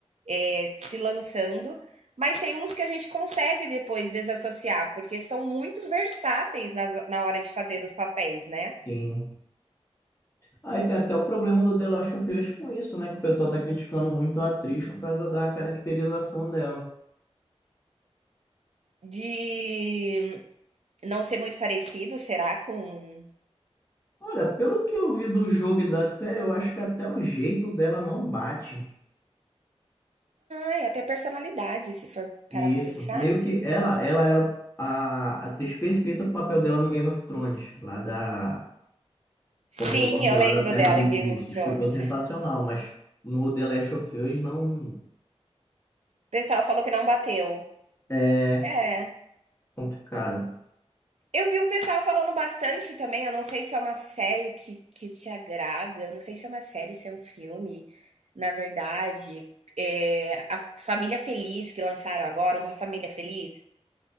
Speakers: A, on the right; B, on the left.
A: é, se lançando, mas tem uns que a gente consegue depois desassociar porque são muito versáteis nas- na hora de fazer os papéis, né?
B: Sim. Aí tem até o problema do The Last of Us com isso, né? Que o pessoal tá criticando muito a atriz por causa da caracterização dela.
A: De não ser muito parecido, será com,
B: Olha, pelo que eu vi do jogo e da série, eu acho que até o jeito dela não bate.
A: ai, até personalidade, se for
B: E
A: parar pra
B: isso,
A: pensar.
B: meio que ela, ela era a atriz perfeita pro papel dela no Game of Thrones, lá da,
A: Sim,
B: como Lorde
A: eu lembro
B: lá da Terra
A: dela
B: dos
A: em Game
B: Ursos.
A: of Thrones.
B: Ficou sensacional, mas no The Last of Us não
A: O pessoal falou que não bateu.
B: é
A: É.
B: complicado.
A: Eu vi um pessoal falando bastante também. Eu não sei se é uma série que, que te agrada. Eu não sei se é uma série, se é um filme. Na verdade, é, a Família Feliz que lançaram agora, Uma Família Feliz.